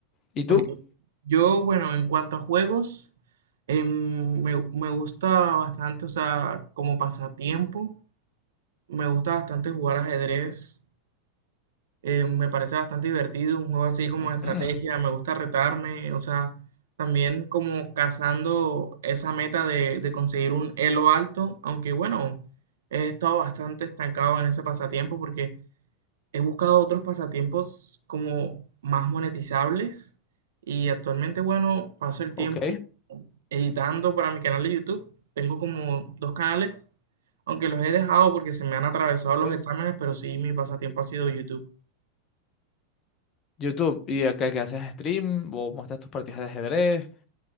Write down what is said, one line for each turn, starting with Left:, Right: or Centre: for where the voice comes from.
Left: ¿Y
Right: ok.
Left: tú?
Right: Yo, bueno, en cuanto a juegos, em, me, me gusta bastante, o sea, como pasatiempo, me gusta bastante jugar ajedrez. Eh, me parece bastante divertido, un juego así como
Left: Ujú,
Right: de estrategia, me gusta retarme, o sea, también como cazando esa meta de, de conseguir un elo alto, aunque bueno, he estado bastante estancado en ese pasatiempo porque he buscado otros pasatiempos como más monetizables y actualmente, bueno, paso el tiempo
Left: Ok.
Right: editando para mi canal de YouTube. Tengo como dos canales, aunque los he dejado porque se me han atravesado
Left: Ok.
Right: los exámenes, pero sí, mi pasatiempo ha sido YouTube.
Left: YouTube, ¿y acá que haces stream o muestras tus partidas de ajedrez?